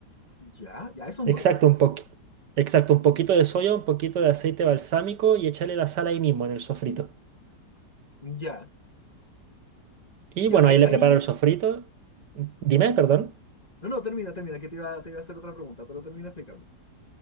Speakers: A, on the left (about 25°); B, on the right (about 85°).
A: Ya, ya, eso es
B: Exacto,
A: nuevo.
B: un poqui- exacto, un poquito de soya, un poquito de aceite balsámico y echarle la sal ahí mismo en el sofrito.
A: Ya,
B: Y
A: ya.
B: bueno,
A: Ahí,
B: ahí le
A: ahí.
B: preparo el sofrito. Dime, perdón.
A: No, no, termina, termina, que te iba, te iba a hacer otra pregunta, pero termina de explicarme.